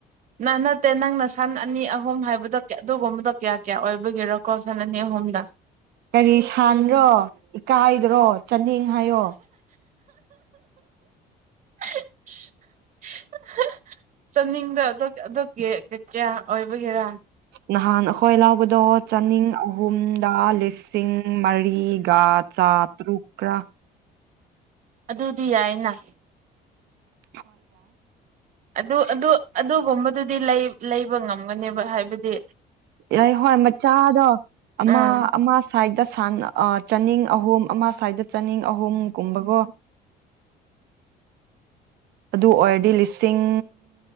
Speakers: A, on the right (about 50°); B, on the right (about 70°).
A: ꯅꯥꯟ ꯅꯠꯇꯦ ꯅꯪꯅ ꯁꯟ ꯑꯅꯤ ꯑꯍꯨꯝ ꯍꯥꯏꯕꯗꯣ ꯑꯗꯨꯒꯨꯝꯕꯗꯣ ꯀꯌꯥ ꯀꯌꯥ ꯑꯣꯏꯕꯒꯦꯔꯣꯀꯣ ꯁꯟ ꯑꯅꯤ ꯑꯍꯨꯝꯗ
B: ꯀꯔꯤ ꯁꯥꯟ꯭ꯔꯣ ꯏꯀꯥꯏꯗ꯭ꯔꯣ ꯆꯠꯅꯤꯡ ꯍꯥꯏꯌꯣ
A: <inaudible> ꯆꯠꯅꯤꯡꯗ ꯑꯗꯨꯒꯤ ꯀꯌꯥ ꯑꯣꯏꯕꯒꯦꯔꯥ
B: ꯅꯍꯥꯟ ꯑꯥ ꯀꯣꯏ ꯂꯥꯎꯕꯗꯣ ꯆꯥꯅꯤꯡ ꯎꯨꯝ ꯂꯗꯥ ꯂꯁꯤꯡ ꯎ ꯃꯥꯔꯤ ꯒꯥ ꯆ ꯇꯔꯨꯛ꯭ꯔ
A: ꯑꯗꯨꯗꯤ ꯌꯥꯏꯅ‌ꯦ
B: ꯎꯝ
A: ꯑꯗꯨ ꯑꯗꯨ ꯑꯗꯨꯒꯨꯝꯕꯗꯨꯗꯤ ꯂꯩꯕ ꯉꯝꯒꯅꯦ ꯍꯥꯏꯕꯗꯤ
B: ꯏꯔꯩ ꯍꯣꯏ ꯃꯆꯥꯗꯣ ꯑꯃ
A: ꯎꯝ
B: ꯑꯃ ꯁꯥꯏꯗ ꯆꯅꯤꯡ ꯑꯍꯣ ꯑꯃ ꯁ꯭ꯋꯥꯏꯗ ꯆꯥꯅꯤꯡ ꯑꯍꯨꯝ ꯀꯨꯝꯕꯀꯣ ꯑꯗꯨ ꯑꯣꯏꯔꯗꯤ ꯂꯤꯁꯤꯡ